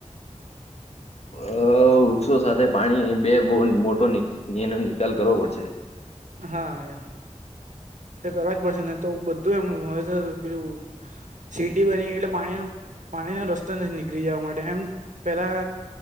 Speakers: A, on the left (about 60°); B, on the right (about 85°).
A: અ વૃક્ષો સાથે પાણી બે બુન મોટો ની નિકાલ કરવો પડશે.
B: હા એ- એક અવાજ પછી જ ને તો બધું એમ હવે‌ છે બીજુ સિટી બની ગઈ એટલે પાણીનો પાણીનો રસ્તો નથી નીકળી જવા માટે એમ પેલા